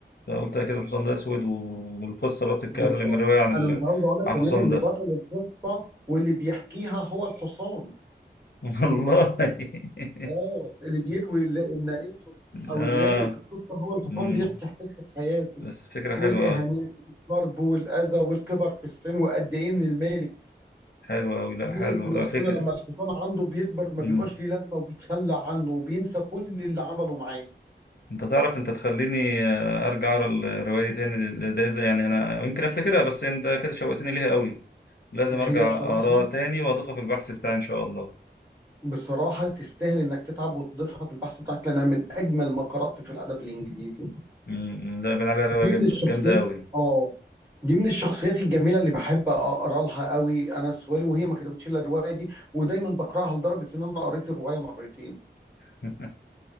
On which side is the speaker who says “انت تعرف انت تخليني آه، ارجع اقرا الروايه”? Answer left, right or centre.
Left